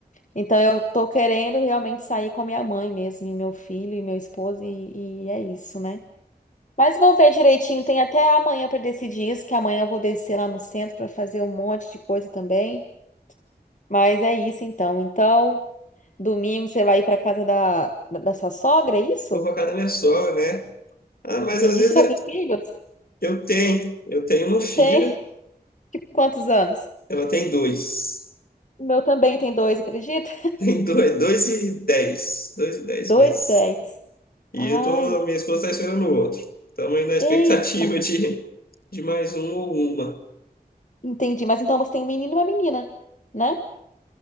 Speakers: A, on the left; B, on the left.
A: Então eu tô querendo realmente sair com a minha mãe mesmo, e meu filho e meu esposo e, e é isso, né? Mas vou ver direitinho, tem até amanhã pra decidir isso, que amanhã eu vou descer lá no centro pra fazer um monte de coisa também. Mas é isso então. Então, domingo você vai ir pra casa da, da da sua sogra, é isso?
B: vou pra casa da minha sogra, né? Ah, mas
A: Entendi.
B: às vezes
A: Você já tem
B: é-
A: filhos?
B: eu tenho, eu tenho uma filha,
A: Tem. <laughs> Tipo, quantos anos?
B: ela tem dois.
A: O meu também tem dois, acredita?
B: <laughs> Tem dois, dois e dez, dois e dez
A: Dois
B: meses.
A: dez.
B: E
A: Ah,
B: eu tô,
A: entendi.
B: minha esposa tá esperando o outro. Estamos aí na expectativa
A: Eita.
B: de, de mais um ou uma.
A: Entendi. Mas então você tem um menino e uma menina, né?